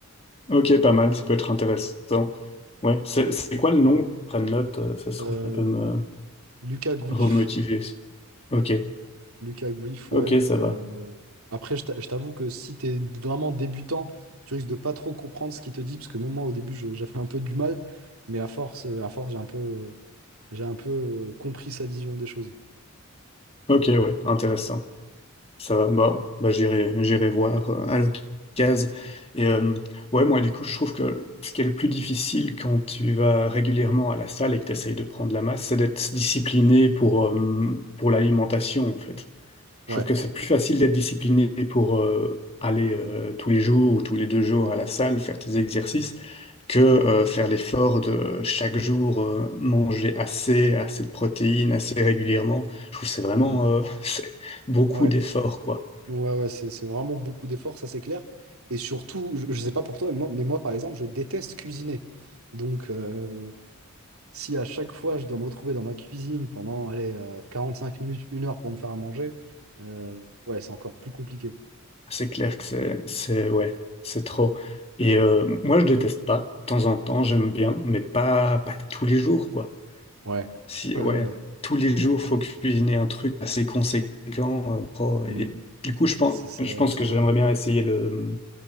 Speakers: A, on the left; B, on the right.
A: Ok, pas mal, ça peut être intéressant. Ouais, c'est c'est quoi le nom?
B: Mm.
A: Je Prends note, euh, ça se
B: Euh,
A: trouve, ça peut me
B: Lucas Gouif,
A: remotiver aussi. Ok,
B: Lucas Gouif, ouais.
A: ok, ça
B: Euh,
A: va.
B: après, je t'a- je t'avoue que si tu es vraiment débutant, tu risques de pas trop comprendre ce qu'il te dit, parce que même moi, au début, je- j'avais un peu du mal, mais à force, euh, à force, j'ai un peu, j'ai un peu euh, compris sa vision des choses.
A: Ok, ouais, intéressant. Ça va, bah, bah, j'irai, j'irai voir euh, à l'occasion. Et euh, ouais, moi, du coup, je trouve que ce qui est le plus difficile quand tu vas régulièrement à la salle et que tu essayes de prendre la masse, c'est d'être discipliné pour, euh, pour l'alimentation, en fait.
B: Ouais.
A: Je trouve que c'est plus facile d'être discipliné pour euh, aller euh, tous les jours ou tous les deux jours
B: Mm,
A: à la salle, faire tes exercices, que euh, faire l'effort de chaque jour euh, manger assez, assez de protéines, assez régulièrement. Je trouve que c'est vraiment
B: mm.
A: euh, <laughs> c'est beaucoup
B: Ouais.
A: d'efforts, quoi.
B: Ouais, ouais, c'est c'est vraiment beaucoup d'efforts, ça c'est clair. Et surtout, je, je sais pas pour toi, mais moi, mais moi, par exemple, je déteste cuisiner. Donc, euh, si à chaque fois je dois me retrouver dans ma cuisine pendant, allez, euh, cinq minutes, une heure pour me faire à manger, euh, ouais, c'est encore plus compliqué.
A: C'est clair que c'est, c'est, ouais, c'est trop. Et euh, moi, je déteste pas. De temps en temps, j'aime bien, mais pas, pas tous les jours, quoi.
B: Ouais,
A: Si,
B: ouais,
A: ouais,
B: ouais.
A: tous les jours, faut cuisiner un truc assez conséquent. euh, trop. Et
B: Mm.
A: du coup, je pense,
B: C'est ça.
A: je
B: ouais,
A: pense que j'aimerais bien essayer le,